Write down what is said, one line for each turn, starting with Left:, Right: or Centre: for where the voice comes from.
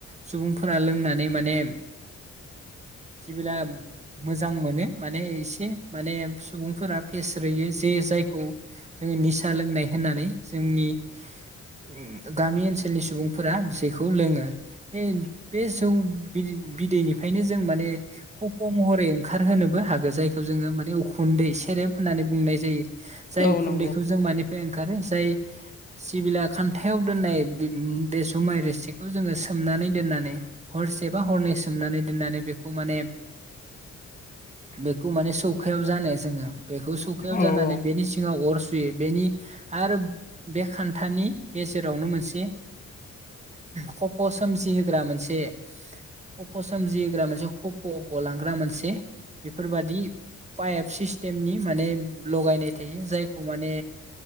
Right: सुबुंफोरा लोंनानै माने जेब्ला मोजां मोनो माने एसे माने सुबुंफोरा फेसरोयो जे जायखौ जोङो निसा लोंनाय होननानै जोंनि उम गामि ओनसोलनि सुबुंफोरा बिसायखौ लोङो बे बे जौ बिदै बिदैनिफ्रायनो जों माने खफ' महरै ओंखारहोनोबो हागोन जायखौ जोङो माने उखुन्दै सेरेब होननानै बुंनाय जायो जाय
Left: औ
Right: उखुन्दैखौ
Left: नंगौ
Right: जों मानिफ्राय ओंखारो जाय सिबिला खान्थायाव दोननाय बे जुमाय रोसिखौ जोङो सोमनानै दोननानै हरसे बा हरनै सोमनानै दोननानै बेखौ माने बेखौ माने सौखायाव जानो जोङो बेखौ सौखायाव
Left: औ
Right: जानानै
Left: औ
Right: बेनि सिङाव अर सुयो बेनि आरो बे खान्थानि गेजेरावनो मोनसे खफ' सोमजिहोग्रा मोनसे खफ' सोमजिहोग्रा मोनसे खफ' गलांग्रा मोनसे बेफोरबादि पाइप सिस्टेमनि माने लगायनाय थायो जायखौ माने